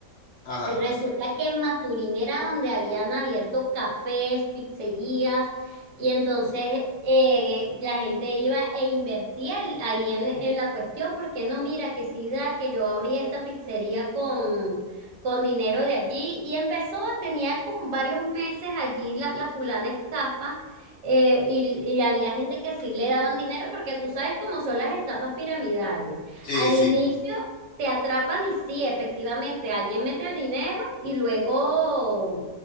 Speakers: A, on the left; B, on the right.
A: ajá,
B: Y Resulta que en Maturín era donde habían abierto cafés, pizzerías, y entonces eh, la gente iba e invertía el- ahí en, en la cuestión, porque no, mira, que sí da, que yo abrí esta pizzería con, con dinero de allí, y empezó, tenía como varios meses allí la, la fulana estafa, eh, y, y había gente que sí le daban dinero, porque tú sabes cómo son las estafas piramidales.
A: sí,
B: Al
A: sí,
B: inicio te atrapan y sí, efectivamente, alguien mete el dinero y luego